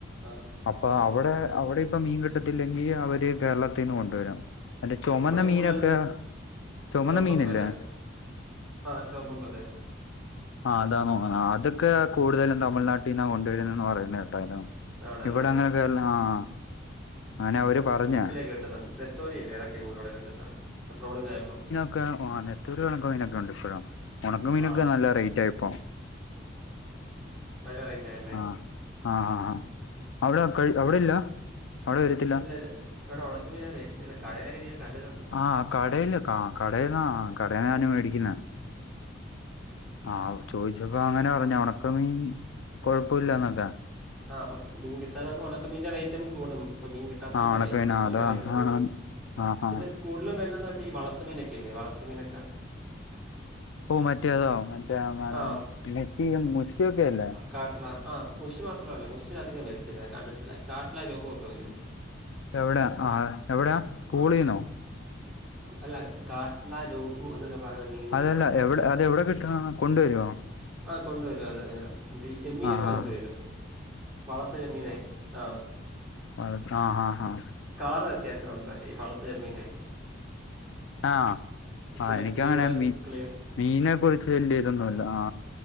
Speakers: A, in the centre; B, on the left.
A: ആഹ്
B: അപ്പൊ അവിടെ അവിടെ ഇപ്പ മീൻ കിട്ടത്തില്ലെങ്കി അവര് കേരളത്തിന്ന് കൊണ്ടുവരും. ചൊമന്ന
A: ഇവിടെ
B: മീനൊക്കെ.
A: കൂടുതലും
B: ചൊമന്ന
A: ചുവപ്പൻ
B: മീനില്ലേ?
A: കോര ആ ചൊമ്മന്നതേ
B: ആഹ് അതാന്നോ ആഹ് അതൊക്കെ കൂടുതലും തമിഴ്നാട്ടിന്ന കൊണ്ടുവരുന്നന്ന് പറയുന്ന കേട്ടായിരുന്നു.
A: ആണല്ലേ
B: ഇവടെ അങ്ങനെക്കേ <unintelligible> ആഹ് അങ്ങനെ അവര് പറഞ്ഞ
A: കേട്ടതാണ്. നെതോല്ലി ഇല്ലെ അതെക്കെ ഒള്ളു ഇവടെ കിട്ടുന്ന ഇപ്പ ട്രോളു ങ്ങായപ്പം
B: ക്കെ ആഹ് ന്നെത്തോലി <unintelligible> ഉണ്ട് ഇപ്പഴും <unintelligible> ഒണക്ക മീനൊക്കെ
A: ആ
B: നല്ല റേറ്റ് ആയിപ്പോ
A: നല്ല റേറ്റ് ആയല്ലേ
B: ആഹ്. ആഹ് അവിടെ കയ് അവിടെ ഇല്ല അവിടെ വരത്തില്ല.
A: ഇല്ല ഇല്ല ഇവിടെ ഒണക്ക മീൻ വരത്തില്ല. കടയിലെക്കെ ഇരീകുനത് കണ്ടിട്ടുണ്ട്.
B: ആഹ് കടേല് ആഹ് കടേന്ന് ആഹ് കടേ ഞാന് മേടിക്കുന്ന. ആഹ് ചോയ്ച്ചെപ്പോ അങ്ങനെ പറഞ്ഞെ. ഒണക്ക മീൻ കൊഴപ്പൊല്ലന്നൊക്കെ.
A: ആഹ് ഇപ്പക്ക് മീൻ കിട്ടാതാവുമ്പോ ഒണക്ക മീന്റെ റേറ്റ് അങ്ങ് കൂടും. ഇപ്പ മീൻ കിട്ടാത്താവുമ്പരേ
B: ആഹ് ഉണക്കമീൻ
A: <unintelligible>
B: അതാ
A: റേറ്റ് കൂടും.
B: ആഹ്
A: പിന്നെ
B: ആഹ്
A: സ്കൂളിലും വരുന്നെന്ന് വെച്ച ഈ വളത്തു മീൻനൊക്കെല്ലെ വളത്ത് മീനൊക്കെ.
B: ഓഹ് മറ്റേതോ മറ്റേ <unintelligible>
A: ആ
B: മെച്ചിയും മുഷ്യക്കെ അല്ലേ?
A: കാട്ടില ആ മുഷി മാത്രല്ല മുഷി അധികം വരത്തില്ല കണ്ടിട്ടില്ല കാട്ടില <unintelligible> ഒക്കെ വരും
B: എവിടെ ആ എവിടാ സ്കൂളീന്നോ
A: അഹ്, അല്ല കാട്ട്ല ലോഹു എന്നൊക്കെ പറയുന്ന.. മീനുകളാ
B: അതല്ല എവിടെ അതെവിടെ കിട്ടുന്ന കൊണ്ടുവെരോ..
A: ആ കൊണ്ട് വെരും. അത് എന്നിട ഈ ചെമ്മീനൊക്കെ
B: ആ
A: വൽത്
B: ആ
A: വരും. വളർത്ത് പെമ്മീനെ. ആഹ്.
B: ആഹ് ആഹ് ആഹ്.
A: കളറ് വ്യത്യാവിഷ്യാണ് പഷേ ഈ വളത്ത് ജമ്മീനെ..
B: ആഹ
A: ഇച്ചിരി
B: ആ എനിക്കങ്ങനെ
A: ക്ലിയർ
B: മീ
A: ക്ലിയർ
B: മീന് പൊരിചെയ്ന്റതൊന്നുല്ല. ആ..